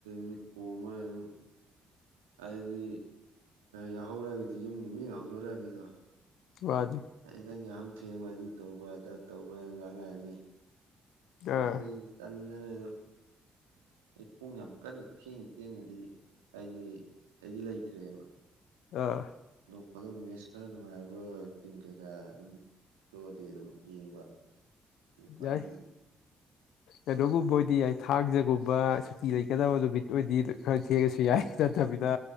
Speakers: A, on the right; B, on the left.
A: ꯃꯤꯠ ꯄꯣꯝꯃꯥ ꯑꯗꯨꯝ ꯍꯥꯏꯗꯤ ꯌꯥꯍꯧꯔꯛꯑꯒꯗꯤ ꯌꯨꯝꯒꯤ ꯃꯤ ꯅꯥ ꯍꯧꯗꯣꯔꯛꯑꯅꯤꯗꯣ
B: ꯃꯥꯅꯤ
A: ꯑ ꯅꯪꯒꯤ ꯌꯥꯍꯧ ꯊꯦꯡꯕ ꯑꯗꯨ ꯇꯧꯕꯗ ꯇꯧꯕꯅ ꯉꯥꯡꯉꯥꯛꯑꯅꯤ ꯑ
B: ꯑꯥ
A: ꯑꯗꯩ ꯇꯟꯗꯅ ꯑꯗꯨꯝ ꯑꯩ ꯄꯨꯡ ꯌꯥꯝ ꯀꯟꯅ ꯊꯦꯡ ꯊꯦꯡꯅꯥꯗꯤ ꯍꯥꯏꯗꯤ ꯑꯩꯗꯤ ꯂꯩꯇ꯭ꯔꯦꯕ
B: ꯑ
A: ꯊꯥꯗꯣꯛ ꯐꯥꯗꯣꯛ ꯃꯦꯠꯁ ꯈꯔ ꯅꯨꯡꯉꯥꯏꯔꯕ ꯇꯤꯝ ꯀꯩꯀꯥ ꯑꯗꯨꯝ ꯊꯣꯛꯑꯗꯤ ꯑꯗꯨꯝ ꯌꯦꯡꯕ ꯄꯥꯏ
B: ꯌꯥꯏ ꯀꯩꯅꯣꯒꯨꯝꯕ ꯑꯣꯏꯗꯤ ꯌꯥꯏ ꯊꯥꯡꯖꯒꯨꯝꯕ ꯁꯨꯇꯤ ꯂꯩꯒꯗꯕ ꯅꯨꯃꯤꯠ ꯑꯣꯏꯗꯤ ꯈꯔ ꯊꯦꯡꯉꯁꯨ ꯌꯥꯏ ꯅꯠꯇꯕꯤꯗ